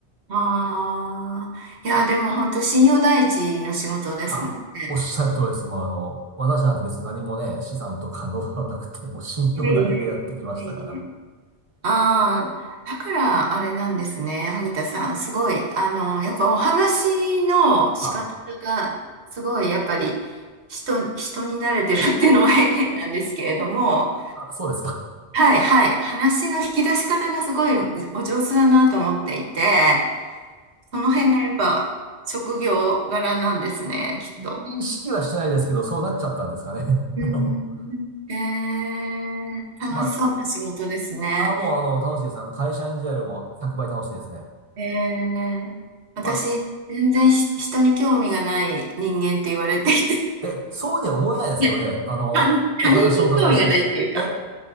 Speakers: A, on the right; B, on the right.
A: ああ、いや、でも本当信用第一の仕事ですもんね。
B: あ、おっしゃる通りです。もうあの、私なんて別に何もね、資産とかノウハウなくて、もう信用だけでやってきましたから。
A: いえいえ、いえいえ。ああ、だからあれなんですね、萩田さん。すごい、あの、やっぱお話の仕方が、
B: あ、
A: すごい、やっぱり人、人に慣れてるっていうのも <laughs> 変変なんですけれども、
B: あ、そうですか。
A: はい、はい、話の引き出し方がすごいおお上手だなと思っていて、その辺がやっぱ職業柄なんですね、
B: い
A: きっと。
B: 意識はしてないですけど、そうなっちゃったんですかね。
A: うん。
B: <laughs>
A: へえ、楽しそうな仕事ですね。
B: まあ、あ、もうあの、楽しいです。あの、会社員時代よりも100倍楽しいですね。
A: へえ、私、
B: ま
A: 全然ひ人に興味がない人間って言われていて、
B: あ、え、そうには思えないですけどね。
A: いや、
B: あの、
A: 他、
B: お話をお伺いして。
A: 他人に興味がないっていうか、
B: え、